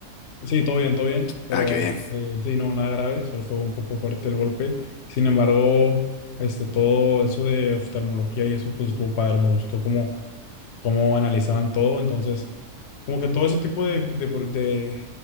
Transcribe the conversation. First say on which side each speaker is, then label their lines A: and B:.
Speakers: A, on the left; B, on the left.
A: Sí, todo bien, todo bien, pero
B: Ah, qué bien,
A: este, sí, no, nada grave, solo fue un poco fuerte el golpe. Sin embargo, este, todo eso de oftalmología y eso, pues estuvo padre, me gustó cómo, cómo analizaban todo, entonces, como que todo ese tipo de, de, pro- de,